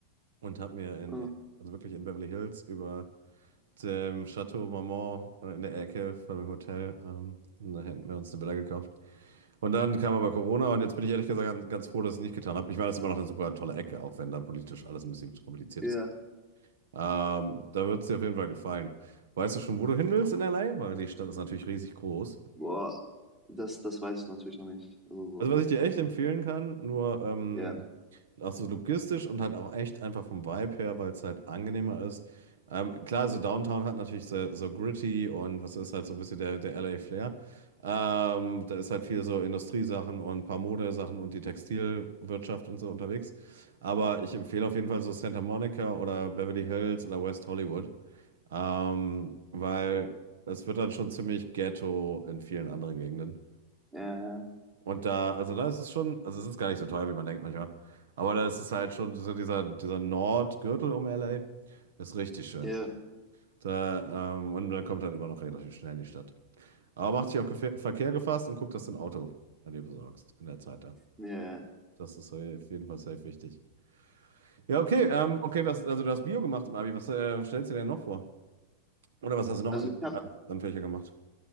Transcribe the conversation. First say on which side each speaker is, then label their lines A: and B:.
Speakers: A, on the right; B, on the right.
A: und habe mir in,
B: Ah,
A: also wirklich in Beverly Hills über dem Chateau Marmont äh, in der Ecke von dem Hotel. Ähm, und da hätten wir uns eine Villa gekauft. Und dann kam aber Corona und jetzt bin ich ehrlich gesagt ganz, froh, dass ich es nicht getan habe. Ich meine, das ist immer noch eine super tolle Ecke, auch wenn da politisch alles ein bisschen kompliziert
B: Ja,
A: ist. Ähm, da wird es dir auf jeden Fall gefallen. Weißt du schon, wo du hin willst in LA? Weil die Stadt ist natürlich riesig groß.
B: boah, das, das weiß ich natürlich noch nicht. Also so,
A: Also was ich dir echt empfehlen kann, nur ähm,
B: ja,
A: auch so logistisch und halt auch echt einfach vom Vibe her, weil es halt angenehmer ist. Ähm, klar, so Downtown hat natürlich so, so gritty und was ist halt so ein bisschen der, der LA Flair. Ähm, da ist halt viel so Industriesachen und ein paar Modesachen und die Textilwirtschaft und so unterwegs. Aber ich empfehle auf jeden Fall so Santa Monica oder Beverly Hills oder West Hollywood, ähm, weil es wird dann schon ziemlich Ghetto in vielen anderen Gegenden.
B: ja, ja.
A: Und da, also da ist es schon, also es ist gar nicht so teuer, wie man denkt manchmal. Aber da ist es halt schon, so dieser, dieser Nordgürtel um LA ist richtig schön.
B: Ja, Ja.
A: Da, ähm, und dann kommt halt immer noch relativ schnell in die Stadt. Aber mach dich auf Gefe- Verkehr gefasst und guck, dass du ein Auto an dir besorgst in der Zeit da.
B: Ja, ja.
A: Das ist auf jeden Fall safe wichtig. Ja, okay, ähm, okay, was, also du hast Bio gemacht im Abi. Was äh, stellst du dir denn noch vor? Oder was hast du noch
B: Also
A: an,
B: ich habe,
A: an Fächer gemacht?